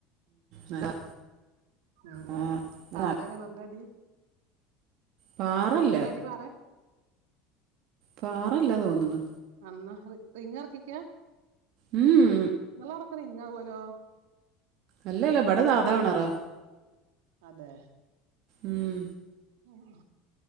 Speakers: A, on the right; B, on the right.
A: നല്ല-
B: ഉം
A: ആ,
B: പാറെ
A: നല്ല-
B: കിണറിന്റെ അടി
A: പാറല്ല
B: കിണറിന്റെ അടി പാറേ
A: പാറല്ല തോന്ണ്
B: അന്ന റിങ്ങ് ഇറക്കിക്കാ
A: ഉം ഉ
B: നിങ്ങളവിടക്ക റിങ്ങാ കോലോ.
A: അല്ല അല്ല ബ്ടെ സാധാകിണറാ.
B: അതെ.
A: ഉം
B: ഓ <unintelligible>